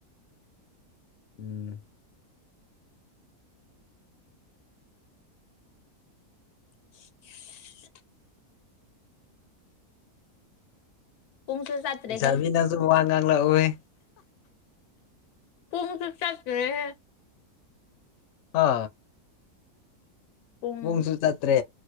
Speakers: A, on the left (about 60°); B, on the left (about 80°).
A: ꯎꯝ
B: <unintelligible> ꯄꯨꯡꯁꯨ ꯆꯠꯇ꯭ꯔꯦꯍꯦ
A: ꯂꯩꯁꯥꯕꯤ ꯅꯪꯁꯨ ꯋꯥ ꯉꯥꯡꯂꯛꯎꯍꯦ
B: ꯄꯨꯡ ꯁꯨ ꯆꯠꯇ꯭ꯔꯦ ꯍꯦ
A: ꯍꯥ
B: ꯄꯨꯡ
A: ꯄꯨꯡꯁꯨ ꯆꯠꯇ꯭ꯔꯦ